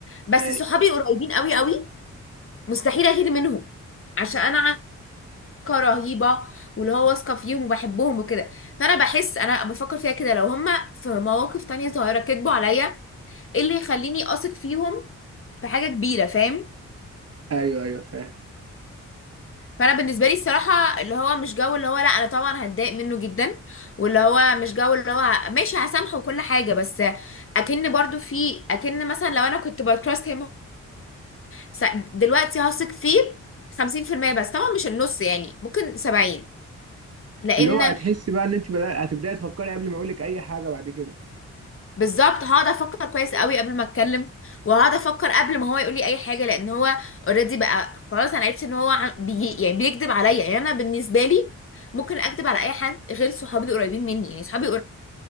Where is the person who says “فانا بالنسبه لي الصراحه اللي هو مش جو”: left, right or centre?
Left